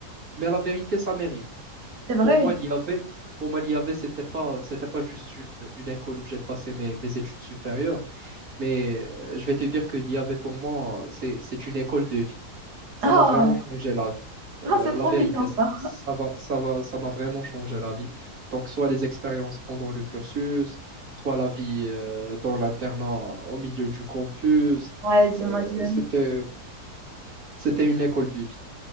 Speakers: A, on the right; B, on the right.
A: Mais la vérité, ça mérite.
B: C'est vrai.
A: Pour moi, l'IAV, pour moi, l'IAV, c'était pas, c'était pas juste une, une école où j'ai passé mes, mes études supérieures, mais euh, je vais te dire que l'IAV, pour moi, c'est, c'est une école de vie.
B: Ah,
A: Ça m'a vraiment changé la vie. Euh,
B: ah, c'est trop
A: la vérité,
B: mignon
A: ça,
B: ça.
A: ça va, ça va, ça m'a vraiment changé la vie. Donc, soit les expériences pendant le cursus, soit la vie euh, dans l'internat au milieu du campus.
B: Ouais, j'imagine.
A: Euh, c'était, c'était une école de vie.